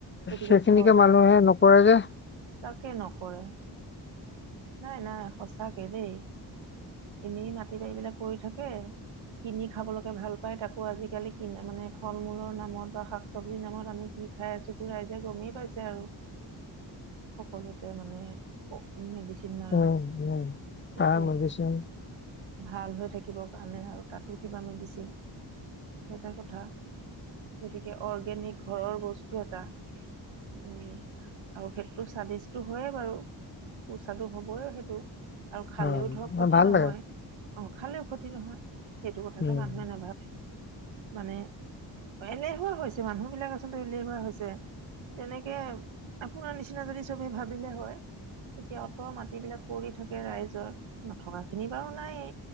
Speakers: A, on the right (about 85°); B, on the left (about 25°).
A: গতিকে
B: সেইখিনিকে
A: ঘৰৰ
B: মানুহে নকৰে। কৰে যে।
A: তাকে নকৰে। নাই, নাই সঁচা কে দে। এনেই মাটি বাৰী বিলাক পৰি থাকে। কিনি খাবলৈকে ভাল পায়। তাকো আজিকালি কিনা মানে ফল মূলৰ নামত বা শাক চবজিৰ নামত আমি কি খাই আছো। তো ৰাইজে গমেই পাইছে আৰু। সকলোতে মানে আৰু অকল মেডিচিন। মাৰা
B: উম, উম
A: সেইটোৱে
B: সাৰ মেডিচিন।
A: ভাল হৈ থাকিব কাৰণে আৰু তাতো কিবা মেডিচিন। সেইটো এটা কথা গতিকে অৰ্গেনিক ঘৰৰ বস্তু এটা। উম আৰু সেইটো স্বাদিষ্টটো হয়ে বাৰু। সুস্বাদু হবই সেইটো। আৰু খালেও
B: অ
A: ধৰক। ক্ষতি
B: ভাল
A: নহয়।
B: লাগে
A: অহ, খালেও ক্ষতি নহয়। সেইটো কথাকে
B: উম
A: মানুহে নাভাবে। মানে এলেহুৱা হৈছে। মানুহ বিলাক আচলতে এলেহুৱা হৈছে। তেনেকে আপোনাৰ নিচিনা যদি চবে ভাবিলে হয় তেতিয়া অ'ত মাটিবিলাক পৰি থাকে ৰাইজৰ। নথকা খিনি বাৰু নাইয়ে।